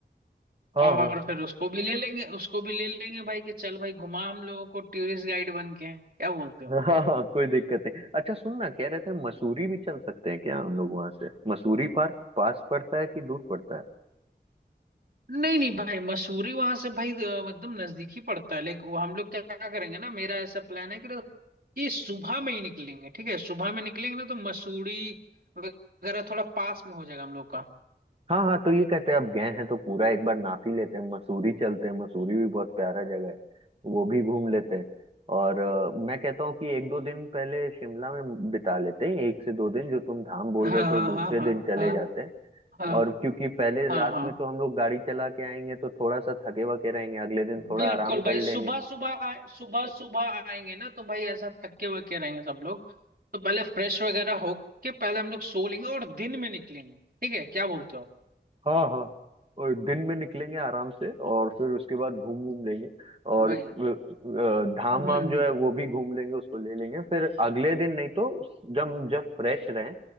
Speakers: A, on the right; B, on the right.
A: हाँ
B: और फिर उसको भी ले लेंगे उसको भी ले लेंगे भाई कि चल भाई घुमा हम लोगों को टूरिस्ट गाइड बन के क्या बोलते हो
A: हाँ हाँ हाँ, कोई दिक्कत नहीं अच्छा सुन ना कह रहे थे मसूरी भी चल सकते हैं क्या हम लोग वहां से मसूरी पार्क पास पड़ता है कि दूर पड़ता है
B: नहीं नहीं भाई मसूरी वहां से भाई अ, एकदम नजदीक ही पड़ता है लेकिन वो हम लोग क्या करेंगे ना मेरा ऐसा प्लान है कि ये सुबह में ही निकलेंगे ठीक है सुबह में निकलेंगे ना तो मसूरी वगैरह थोड़ा पास में हो जाएगा हम लोग का
A: हाँ हाँ तो ये कहते हैं अब गए हैं तो पूरा एक बार नाप ही लेते हैं मसूरी चलते हैं मसूरी भी बहुत प्यारा जगह है वो भी घूम लेते हैं और अ, मैं कहता हूँ कि एक दो दिन पहले शिमला में बिता लेते हैं एक से दो दिन जो तुम धाम बोल
B: हाँ
A: रहे थे वो दूसरे
B: हाँ हाँ
A: दिन चले
B: हाँ
A: जाते हैं
B: हाँ हाँ
A: और क्योंकि पहले
B: हाँ
A: रात
B: हाँ
A: में तो हम लोग गाड़ी चला के आएंगे तो थोड़ा सा थके वके रहेंगे अगले दिन थोड़ा
B: बिल्कुल
A: आराम
B: भाई
A: कर लेंगे
B: सुबह सुबह आए सुबह सुबह आएंगे ना तो भाई ऐसा थके हुए के रहेंगे सब लोग तो पहले फ्रेश वगैरह होके पहले हम लोग सो लेंगे और दिन में निकलेंगे ठीक है क्या बोलते हो आप?
A: हाँ हाँ और दिन में निकलेंगे आराम से और फिर उसके बाद घूम घूम लेंगे और
B: वही
A: अ, अ, धाम
B: हम्म
A: वाम जो
B: हम्म
A: है वो भी घूम लेंगे उसको ले लेंगे फिर अगले दिन नहीं तो जब जब फ्रेश रहें